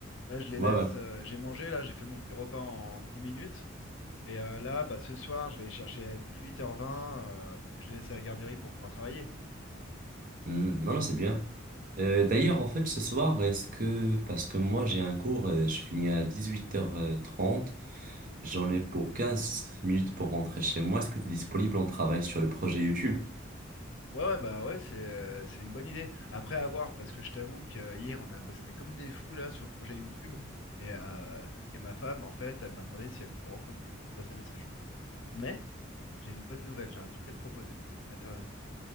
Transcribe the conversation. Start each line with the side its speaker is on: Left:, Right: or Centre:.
Left: Là, je les
Right: Ouais,
Left: laisse.
Right: ouais.
Left: euh, j'ai mangé, là, j'ai fait mon petit repas en 10 minutes. Et euh, là, bah, ce soir, je vais les chercher à 18h20, euh, parce que je les laisse à la garderie pour pouvoir travailler.
Right: Hum, Non, non, c'est bien. Euh, d'ailleurs, en fait, ce soir, est-ce que... Parce que moi, j'ai un cours, euh, je finis à dix-huit heures euh, trente. J'en ai pour 15 minutes pour rentrer chez moi. Est-ce que tu es disponible? On travaille sur le projet YouTube.
Left: Ouais, ouais, bah ouais, c'est euh, c'est une bonne idée. Après, à voir, parce que je t'avoue que euh, hier, on a bossé comme des fous, là, sur le projet YouTube. Et, euh, et ma femme, en fait, elle m'a demandé si elle pouvait reprendre possession de la salle de séjour. Mais j'ai une bonne nouvelle, j'ai un truc à te proposer. J'ai une alternative.